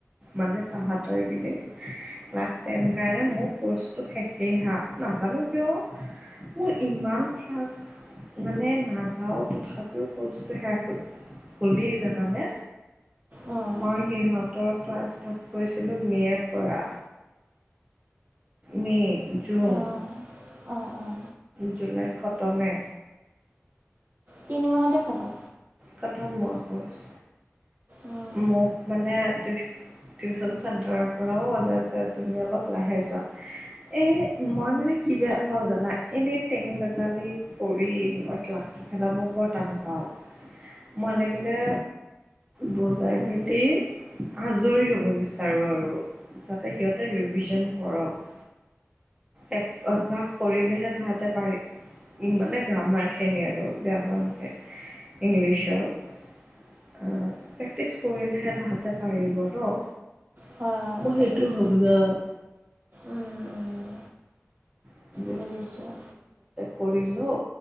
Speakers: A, on the right (about 15°); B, on the right (about 45°).
A: মানে তাহাঁতৰ এইকেইদিন ক্লাছ টেন কাৰণে মোৰ ক'ৰ্চটো শেষেই হাঁ। নাজানোঁ কিয় মোৰ ইমান ফাৰ্ষ্ট মানে নাযাওঁ তথাপ্ টো কৰ্চটো শেষ হ'ল। সুধি জানানে?
B: উম,
A: মই সিহঁতৰ ক্লাছ ষ্টাৰ্ট কৰিছিলোঁ মে'ৰ পৰা। মে', জুন
B: অঁ অঁ, অঁ।
A: জুলাইত খতমে।
B: তিনি মাহতে খতম?
A: খতম মোৰ কৰ্চ।
B: উম,
A: মোক মানে টিউচ টিউচন চেণ্টাৰৰ পৰাও ক'লে যে তুমি অলপ লাহে যোৱা। এই মই মানে কি বেয়া পাওঁ জানা? এনে টেং- বেজালি কৰি মই ক্লাছটো খেদাব বৰ টান পাওঁ। মই লাগিলে বুজাই মেলি আজৰি হ'ব বিচাৰো আৰু। যাতে সিহঁতে ৰিভিজন কৰক। এক অভ্যাস কৰিলেহে তাহাঁতে পাৰি মানে গ্ৰামাৰখিনি আৰু ব্যাকৰণখিনি ইংলিছৰ। অঁ--প্ৰেক্টিছ কৰিলেহে তাহাঁতে পাৰিব ন'।
B: হয় হয়
A: মই
B: কথাটো
A: সেইটো ভাৱোঁ জানা।
B: উম, উম,
A: <unintelligible>
B: বুজিছোঁ
A: কৰি লওঁ